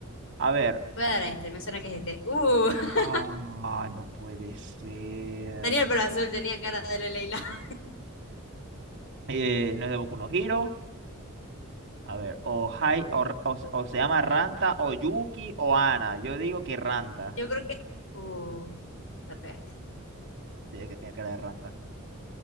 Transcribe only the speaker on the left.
Voy a dar a este, me suena que es este. Uh, <laughs>
tenía el pelo azul, tenía cara de Leila. <laughs>
Yo creo que. Uh, la pegaste.